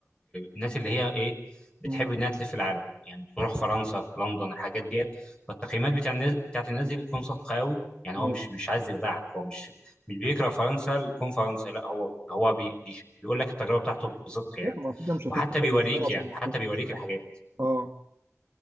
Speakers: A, on the left; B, on the right.
A: الناس اللي هي ايه بتحب
B: مم.
A: انها تلف العالم يعني تروح فرنسا لندن الحاجات ديت فالتقييمات بتاع الناس بتاعت الناس دي بتكون صادقه قوي يعني هو
B: آه.
A: مش مش عايز يخدعك هو مش مش بيكره فرنسا لكون فرنسا لا هو هو بي بي- بيقول لك التجربه بتاعته بصدق يعني
B: طب ما كده مش هتيجي
A: وحتى
B: انت
A: بيوريك
B: المشوار عشان
A: يعني حتى بيوريك الحاجات
B: اه